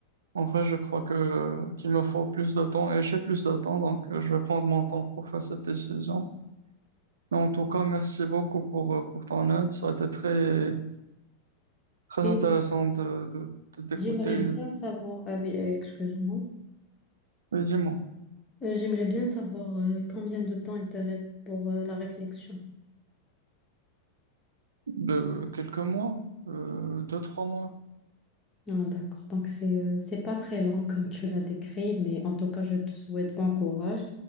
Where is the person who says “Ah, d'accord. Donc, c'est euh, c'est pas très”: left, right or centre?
Left